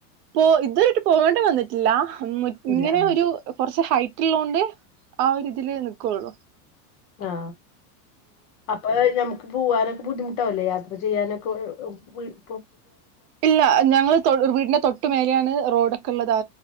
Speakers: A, on the right; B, on the left.
A: പോ ഇ ഇത്വര്യട്ട് പോകേണ്ടി വന്നിട്ടില്ല
B: ഇല്ല
A: ഇങ്ങനെ
B: ആഹ്
A: ഒരു കുറച്ച് ഹൈറ്റ് ഉള്ളതോണ്ട് ആ ഒരു ഇതിലേ നിൽക്കുള്ളൂ.
B: ആ അപ്പൊ നമുക്ക് പോവാനേ ബുദ്ധിമുട്ടാവൂലെ യാത്ര ചെയ്യാനൊക്കെ വീട്
A: ഇല്ല ഞങ്ങളൾ വീടിന്റെ തൊട്ട് മേലെയാണ് റോഡൊക്കെ ഉള്ളത് ആ